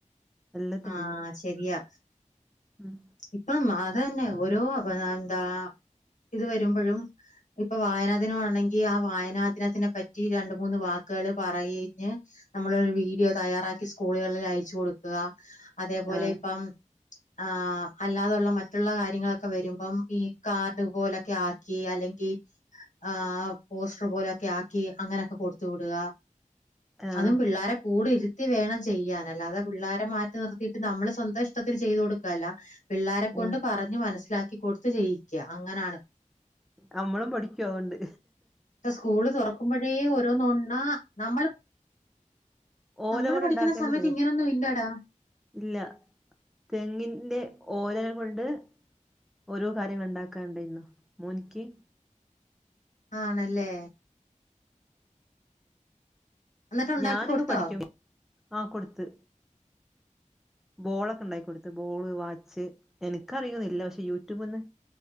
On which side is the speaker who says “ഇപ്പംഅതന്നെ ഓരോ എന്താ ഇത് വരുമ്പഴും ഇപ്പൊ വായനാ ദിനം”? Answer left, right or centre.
Left